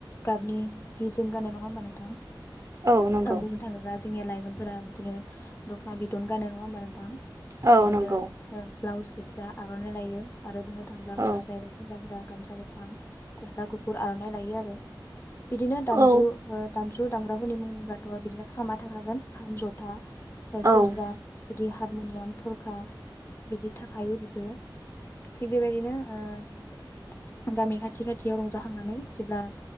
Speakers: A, on the left; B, on the right.
A: गाबनि हि जोम गानो नङा होमबा नोंथां?
B: औ नंगौ
A: ओ बुंनो थांङोब्ला जो जोंनिया लाइमोनफोरा बिदिनो दख'ना बिदन गानो नङा होमबा नोंथां!
B: औ
A: बिदिनो
B: नंगौ
A: ओ ब्लाउस गोजा आर'नाइ लइायो आरो बुंनो थांब्ला
B: औ
A: हौवासाया बा सेंगाफ्रा गामसा गोथां गस्ला गुफुर आर'नाइ लायो आरो बिदिनो दामजु
B: औ
A: ओ दामजु जु दामग्राफोरनि मुंआथ' बिदिनो खामा थाखागोन खाम जथा सेरजा
B: औ
A: बिदि हारमुनियाम थरखा बिदि थाखाय बिखौ थिग बेबायदिनो ओ गामि खाथि खाथियाव रंजाखांनानै जेब्ला